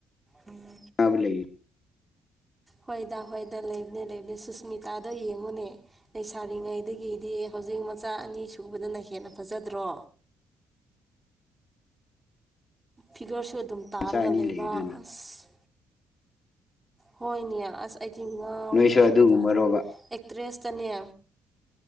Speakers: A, on the right; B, on the left.
A: ꯎꯝ <inaudible>
B: ꯑꯕ ꯂꯩ <inaudible>
A: ꯍꯣꯏꯗ ꯍꯣꯏꯗ ꯂꯩꯕꯅꯦ ꯂꯩꯕꯅꯦ ꯁꯨꯁꯃꯤꯇꯥꯗꯣ ꯌꯦꯡꯉꯨꯅꯦ ꯂꯩꯁꯥꯔꯤꯉꯩꯗꯒꯤꯗꯤ ꯍꯧꯖꯤꯛ ꯑꯗꯨ ꯃꯆꯥ ꯑꯅꯤ ꯁꯨꯕꯗꯨꯅ ꯍꯦꯟꯅ ꯐꯖꯗ꯭ꯔꯣ
B: <unintelligible>
A: ꯐꯤꯒꯔꯁꯨ ꯑꯗꯨꯝ ꯇꯥꯔꯒ
B: ꯃꯆꯥ ꯑꯅꯤ
A: ꯂꯩꯕ
B: ꯂꯩꯕꯗꯨꯅ
A: ꯑꯁ ꯍꯣꯏꯅꯦ ꯑꯁ ꯑꯩꯗꯤ ꯉꯥꯎꯏ
B: ꯅꯣꯏꯁꯨ
A: ꯁꯨꯁꯃꯤꯇꯥꯗ
B: ꯑꯗꯨꯒꯨꯝꯕꯔꯣꯕ
A: ꯑꯦꯛꯇ꯭ꯔꯦꯁꯇꯅꯦ